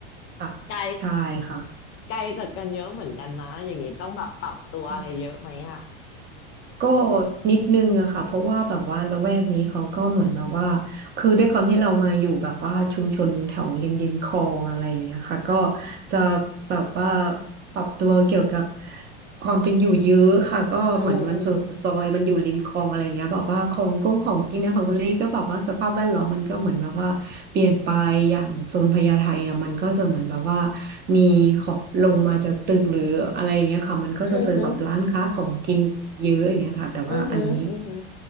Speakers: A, on the right; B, on the left.
A: ค่ะใช่ค่ะ
B: ไกลไกลจากกันเยอะเหมือนกันนะอย่างนี้ต้องแบบปรับตัวอะไรเยอะไหมอ่ะ
A: อืมก็นิดนึงอะค่ะเพราะว่าแบบว่าละแวกนี้เขาก็เหมือนแบบว่า คือด้วยความที่เรามาอยู่แบบว่าชุมชนแถวริมริมคลองอะไรอย่างเงี้ยค่ะก็จะแบบว่าปรับตัวเกี่ยวกับ ความเป็นอยู่เยอะค่ะก็เหมือนมันสุดซอยมันอยู่ริมคลองอะไรเงี้ยแบอกว่าของกงของกินนะของคุณลี่ก็บอกว่าสภาพแวดล้อมมันก็เหมือนแบบว่าเปลี่ยนไปอย่างโซนพญาไทอ่ะมันก็จะเหมือนแบบว่า
B: อืมอืม
A: มีขอบลงมาจากตึกหรืออะไรเงี้ยค่ะมันก็จะเจอแบบร้านค้าของกินเยอะอย่างเงี้ยค่ะแต่ว่าอันนี้
B: อืมฮึอืมฮึอืมฮึ